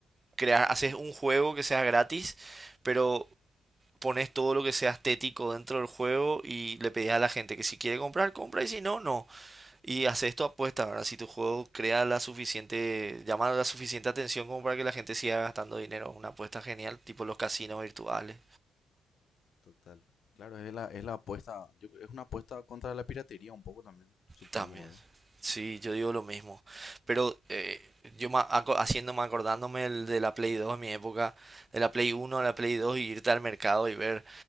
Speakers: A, on the right; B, on the left.
A: crear, haces un juego que sea gratis, pero pones todo lo que sea estético dentro del juego y le pedís a la gente que si quiere comprar, compra y si no, no. Y haces tu apuesta, ¿verdad? Si tu juego crea la suficiente, llama la suficiente atención como para que la gente siga gastando dinero, una apuesta genial, tipo los casinos virtuales.
B: Total. Claro, es la, es la apuesta. Yo, creo- es una apuesta contra la piratería un poco también, supongo,
A: También.
B: ¿verdad?
A: Sí, yo digo lo mismo. Pero eh, yo ma- aco- haciéndome, acordándome el de la Play 2 en mi época, de la Play 1 a la Play 2, y irte al mercado y ver